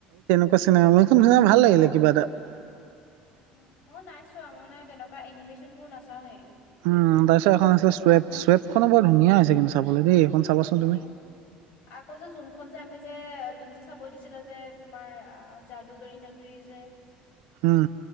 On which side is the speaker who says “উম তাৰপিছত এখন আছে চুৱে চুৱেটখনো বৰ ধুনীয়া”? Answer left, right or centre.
Right